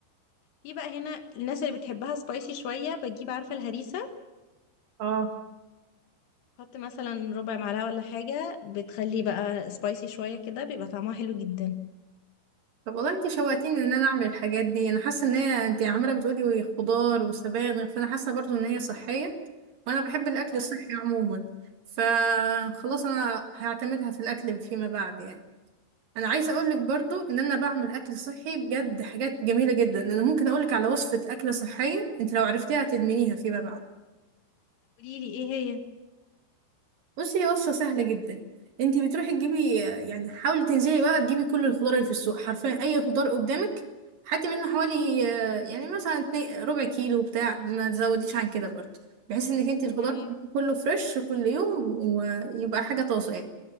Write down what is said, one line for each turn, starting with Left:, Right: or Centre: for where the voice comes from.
Left: في بقى هنا الناس اللي بتحبها سبايسي شوية بتجيب عارفة الهريسة
Right: اه
Left: حط مثلا ربع معلقة ولا حاجة بتخلي بقى سبايسي شوية كده بيبقى طعمها حلو جدا
Right: طب والله انت شوقتيني ان انا اعمل الحاجات دي انا حاسه ان هي انت عماله بتقولي خضار وسبانخ فانا حاسه برضو ان هي صحيه وانا بحب الاكل
Left: اه
Right: الصحي عموما فخلاص انا هعتمدها في الاكل فيما بعد يعني انا عايزه اقول لك برضو ان انا بعمل اكل صحي بجد حاجات جميله جدا انا ممكن اقول لك على وصفه اكله صحيه انت لو عرفتيها هتدمنيها فيما بعد
Left: قوليلي ايه هي
Right: بصي هي وصفة سهلة جدا انت بتروحي تجيبي يعني حاولي تنزلي بقى تجيبي كل الخضار اللي في السوق حرفيا اي خضار قدامك حتى منه حوالي آه، يعني مثلا اتنين- ربع كيلو بتاع ما تزوديش عن كده برضه بحيث انك انت الخضار
Left: تمام
Right: كله فريش كل يوم ويبقى حاجة طازة يعني